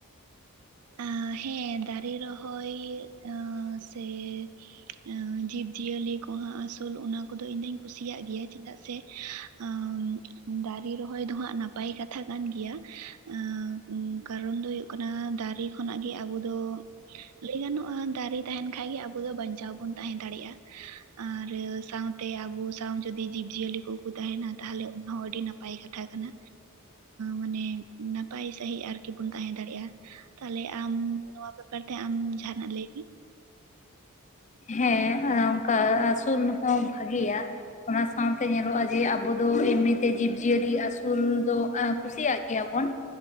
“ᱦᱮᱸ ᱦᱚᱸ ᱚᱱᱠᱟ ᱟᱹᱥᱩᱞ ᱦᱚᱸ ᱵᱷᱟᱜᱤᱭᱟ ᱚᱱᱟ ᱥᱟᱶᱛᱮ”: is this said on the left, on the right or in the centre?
Left